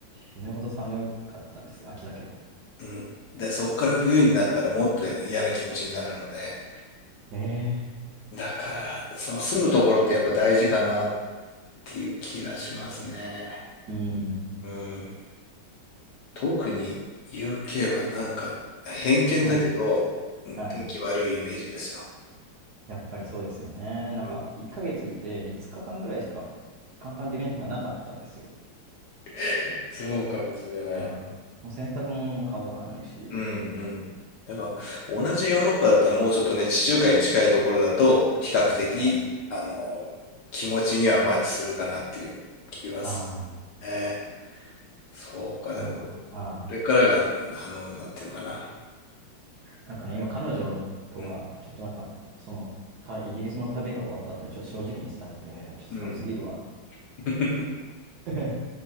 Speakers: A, on the right; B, on the left.
A: 死ぬほど寒かったです。秋だけど。
B: うん。で、そっから冬になったらもっと嫌な気持ちになるので、
A: ええ
B: だから、その住むところってやっぱ大事かなっていう気がしますね。
A: うん。
B: うん。特に UK はなんか偏見だけど、
A: うん。
B: うん天気悪いイメージですよ。
A: はい。やっぱりそうですよね。なんか、
B: うん。
A: 1ヶ月いて5日間ぐらいしか、カンカン照りの日がなかったんですよ。
B: <laughs> そうかもしれない。
A: なんかはい。もう洗濯物も乾かないし、
B: うんうん。だから、同じヨーロッパだったらもうちょっとね、地中海に近いところだと、比較的、
A: そうですね。
B: あの、気持ちにはマッチするかなっていう気はする
A: はい。
B: ね。そうか、
A: なんか、
B: でも、こ
A: はい。
B: れからが、あの、なんていうのかな。
A: なんかね、今彼女とは、
B: うん。
A: ちょっとなんか、その、たイギリスの旅が終わった後にちょっと正直に伝えて、ちょっと寒すぎるわっ
B: うん。<laughs>
A: て。